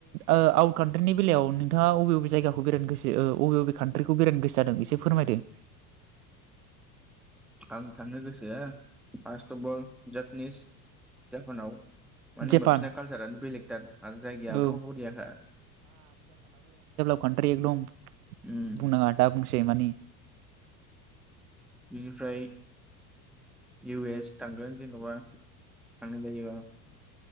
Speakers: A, on the right; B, in the centre.
A: ओ आउट कान्ट्रिनि बेलायाव नोंथाङा अबे बबे जायगाखौ बेरायनो गोसो ओ अबे अबे कान्ट्रिखौ बेरायनो गोसो जादों एसे फोरमायदों
B: आं थांनो गोसो हो फार्स्ट अफ अल जापानिस जापानाव मानो
A: जापान
B: होनबा बिसना कालसारानो बेलेगथार आरो जायगायथ'
A: औ
B: बरियाखा
A: कानट्रि एकदम
B: उम
A: बुंनाङा दाबुंसै जेमानि
B: बिनिफ्राय इउ एस थांगोन जेनेबा थांनाय जायोबा